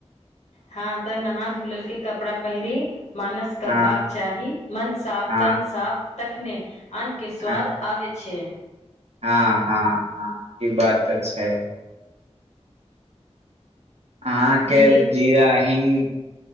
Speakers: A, on the left; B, on the right.
A: हँ तऽ नहा धोलल के कपड़ा पहिरी मानस करबाक
B: हँ
A: चाही मन साफ
B: हँ
A: तन साफ तखने अन्न के स्वाद
B: हँ
A: आबै छ
B: हँ हँ ह ई बात तऽ छै अहाँके
A: दीदी
B: जीरा हि्ग